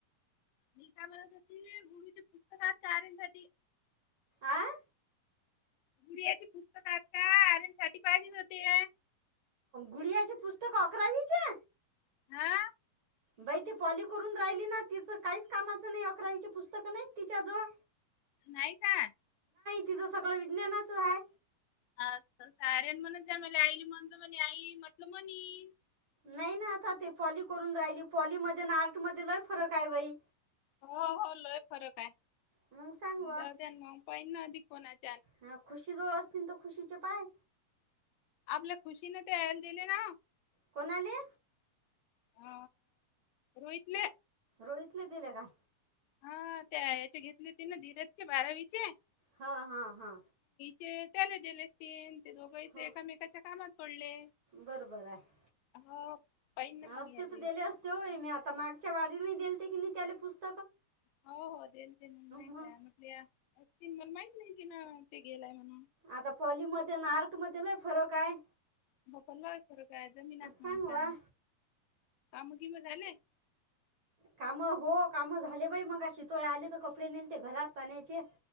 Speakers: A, on the left; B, on the right.
A: मी का म्हनत होती गुढीची पुस्तक हाईत का आर्यन नसाठी
B: आह
A: गुढियाची पुस्तक आहेत का? आर्यन साठी पाहिजेल होते.
B: गुडयाची पुस्तक अकरावीची
A: हा.
B: बाई ती पॉली करून राहिली ना तिचं काहीच कामाचं नाही अकरावीची पुस्तक नाही तिच्या जो
A: नाही का.
B: तिचं सगळं विज्ञानाच हाय.
A: अ साऱ्या म्हण त्या मला आईली म्हणत म्हणे आई म्हटल म्हणे.
B: नाही ना आता ते पॉली करून राहिली पॉली मध्ये अन आर्ट मध्ये लई फरक आहे बाई.
A: हो हो लय फरक आहे
B: मग सांग
A: दर्जन मग पहि ना अधिक कोणाची.
B: हा खुशी जवळ असतील तर खुशीचे पाय.
A: आपल्या खुशीने ते यायला दिले ना
B: कोणाले?
A: ह रोहितले.
B: रोहीतले दिले काय?
A: हा त्याचे घेतले होते ना धीरजचे बारावीचे.
B: हा, हा, हा.
A: ते त्याला दिले तीन ते दोघं इथे
B: हो
A: एकामेकाच्या कामात पडले
B: बरोबर आहे.
A: हो पाहिन ना
B: असते
A: मग याले
B: तर दिले असते हो मी आता मागच्या वारीला दिलते की नाही त्याला पुस्त
A: हो हो दिलते न म माहित
B: मग
A: आहे म्हटल मला माहित नाही तिन ते गेलाय म्हणून
B: आता पॉली मध्ये अन आर्ट मध्ये लय फरक हाय.
A: म पलक फरक हाय जमीन आसमानचा.
B: सांग वा
A: काम किम झाले? <inaudible>
B: काम हो काम झाले बाई मगाशी शितोळा आले तर कपडे नेलते घरात पाण्याचे